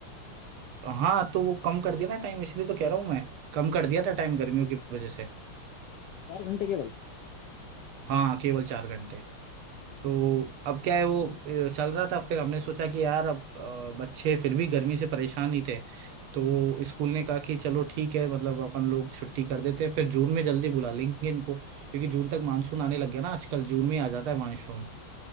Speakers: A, on the right; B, on the left.
A: हाँ तो वो कम कर दिया ना टाइम इसलिए तो कह रहा हूँ मैं कम कर दिया था टाइम गर्मियों की वजह से
B: चार घंटे केवल
A: हाँ केवल चार घंटे तो अब क्या है वो
B: बढ़िया
A: अ, चल रहा था फिर हमने सोचा कि यार अब अ, बच्चे फिर भी गर्मी से परेशान ही थे तो स्कूल ने कहा कि चलो ठीक है मतलब अपन लोग छुट्टी कर देते हैं फिर जून में जल्दी बुला लेंगे इनको क्योंकि जून तक मानसून आने लग गया ना आजकल जून में ही आ जाता है मानसून